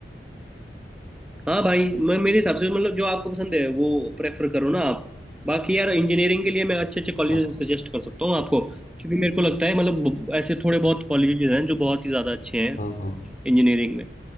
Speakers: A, in the centre; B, on the left.
A: हाँ भाई मैं मेरे हिसाब से मतलब जो आपको पसंद है वो प्रेफर करो ना आप बाकी यार इंजीनियरिंग के लिए मैं अच्छे अच्छे कॉलेजेस
B: हाँ
A: सजेस्ट कर सकता हूँ आपको क्योंकि मेरे को लगता है मतलब ब- ऐसे थोड़े बहुत कॉलेजेस हैं जो बहुत ही ज़्यादा अच्छे हैं
B: हाँ हाँ
A: इंजीनियरिंग में